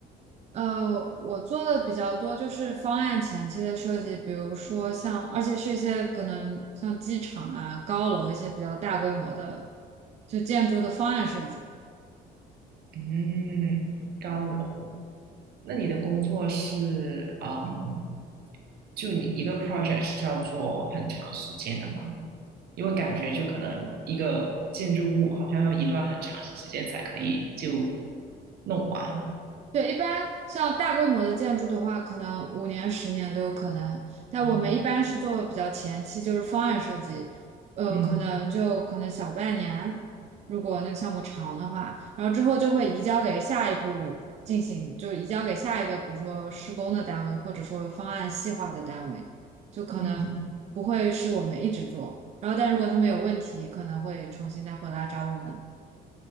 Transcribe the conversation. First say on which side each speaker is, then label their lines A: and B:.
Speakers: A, on the right; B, on the right.
A: 呃，我做的比较多就是方案前期的设计，比如说像，而且是一些可能像机场啊、高楼一些比较大规模的，就建筑的方案设计。
B: 嗯，高楼。那你的工作是嗯，就你一个 project 是要做很长时间的吗？因为感觉就可能一个建筑物好像要一段很长时间才可以就弄完
A: 对，一般像大规模的建筑的话，可能五年、十年都有可能。但我们一般是做比较前期，
B: 啊。
A: 就是方案设计，呃，
B: 嗯
A: 可能就可能小半年，如果那个项目长的话，然后之后就会移交给下一步进行，就移交给下一个，比如说施工的单位，或者说方案细化的单位，就可能不会是我们一直做。
B: 嗯
A: 然后，但如果他们有问题，可能会重新再回来找我们。